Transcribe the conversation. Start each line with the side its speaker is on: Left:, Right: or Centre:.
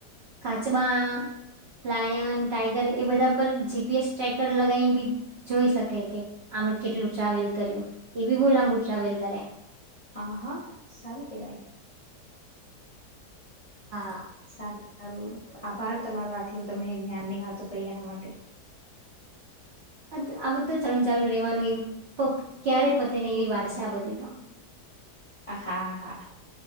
Right: કાચબા લાયન ટાઈગર એ બધા પર જી પી એસ ટ્રેકર લગીને બી જોઈ શકે કે કેટલું ટ્રાવેલ કર્યું એ બી બો લાબુ ટ્રાવેલ કરે
Left: આ હા સારું કેવાય
Right: હા
Left: સારું સારું આભાર તમારો આટલું તમે જ્ઞાન ની વાતો કહી એના માટે
Right: અ આવ તો ચાલ ચાલ રેવાનું એ પ ક્યારે પતે ને એવી વાત છે આ બધી તો
Left: હા હા